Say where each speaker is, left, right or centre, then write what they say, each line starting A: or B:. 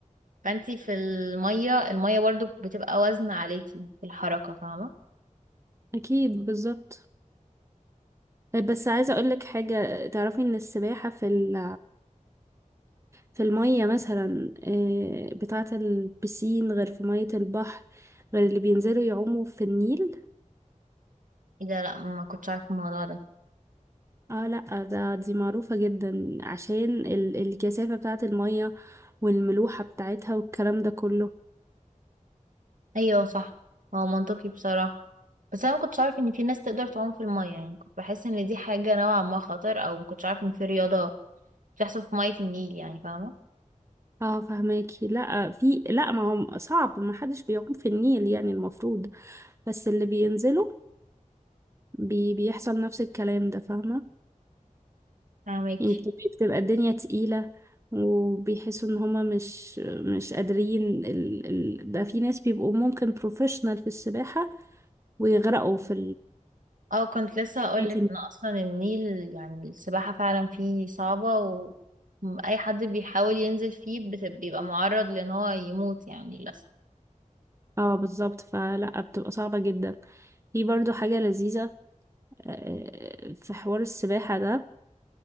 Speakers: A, on the right; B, on the right.
A: فانتي في المية المية برضو بتبقى وزن عليكي في الحركة فاهمة
B: اكيد بالظبط بس عايزه اقول لك حاجه تعرفي ان السباحه في ال... في الميه مثلا آه، بتاعه البسين غير في ميه البحر غير اللي بينزلوا يعوموا في النيل
A: ايه ده لا ما كنتش عارفة الموضوع ده
B: اه لا ده دي معروفة جدا عشان ال الكثافة بتاعة المية والملوحة بتاعتها والكلام ده كله
A: ايوه صح هو منطقي بصراحة بس انا ما كنتش عارفة ان في ناس تقدر تعوم في المية يعني كنت بحس ان دي حاجة نوعا ما خطر او ما كنتش عارفة ان في رياضة بتحصل في مية النيل يعني فاهمة
B: اه فهماكي لا في لا ما هو صعب ما حدش بيعوم في النيل يعني المفروض بس اللي بينزلوا بي بيحصل نفس الكلام ده فاهمة
A: فاهمك
B: يعني بتبقى بتبقى الدنيا تقيلة وبيحسوا ان هما مش مش قادرين ال ال ده في ناس بيبقوا ممكن بروفيشنال في السباحة ويغرقوا في
A: اه كنت لسه هقولك
B: ال
A: ان اصلا النيل يعني السباحة فعلا فيه صعبة واي حد بيحاول ينزل فيه بت- بيبقى معرض لان هو يموت يعني للأسف
B: اه بالظبط فلا بتبقى صعبة جدا في برضو حاجة لذيذة آه، آه، في حوار السباحة ده